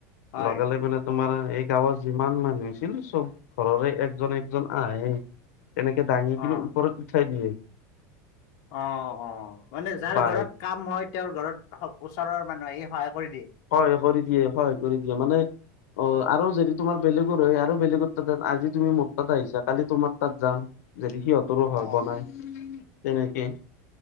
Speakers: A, on the left; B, on the left.
A: হয়
B: লগালে মানে। তোমাৰ এই গাঁৱত যিমান মানুহ আছিল চব ঘৰৰে একজন -একজন আহে। তেনেকে দাঙি
A: অ
B: কিন্তু ওপৰত উঠাই দিয়ে।
A: অ' অ' মানে যাৰ
B: বাই
A: ঘৰত কাম হয় তেওঁৰ ঘৰত ওচৰৰ মানুহ আহি সহায় কৰি দিয়ে?
B: সহায় কৰি দিয়ে সহায় কৰি দিয়ে, মানে অ' আৰু যদি তোমাৰ বেলেগৰ হয় আৰু বেলেগতাত আজি তুমি মোৰ তাত আহিছা কালি তোমাৰ তাত যাম। যদি সিহঁতৰো
A: অ
B: ঘৰ বনায় তেনেকে।